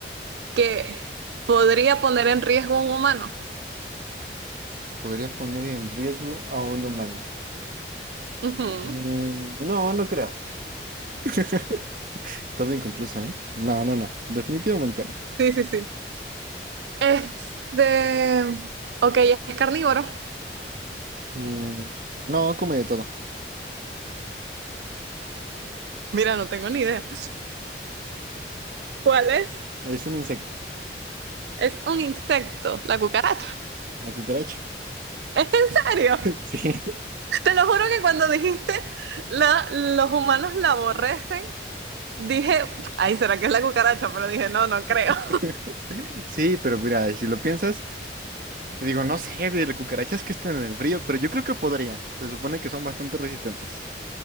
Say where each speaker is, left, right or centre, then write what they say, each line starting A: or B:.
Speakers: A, on the right; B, on the right.
A: que podría poner en riesgo a un humano.
B: Podría poner en riesgo a un humano.
A: Ujú.
B: Mm, No, no creo. <laughs> Todo inconcluso, ¿eh? No, no, no. Definitivamente no.
A: Sí, sí, sí. Este, ok, es carnívoro.
B: Mm, No, come de todo.
A: Mira, no tengo ni idea. ¿Cuál es?
B: Es un insecto.
A: Es un insecto, la cucaracha.
B: La cucaracha.
A: ¿Es en serio?
B: <laughs> Sí.
A: Te lo juro que cuando dijiste la, los humanos la aborrecen, Dije, ay, ¿será que es la cucaracha? Pero dije, no, no creo.
B: <laughs>
A: <laughs>
B: Sí, pero mira, si lo piensas. Te digo, no sé de las cucarachas que estén en el frío, pero yo creo que podrían. Se supone que son bastante resistentes.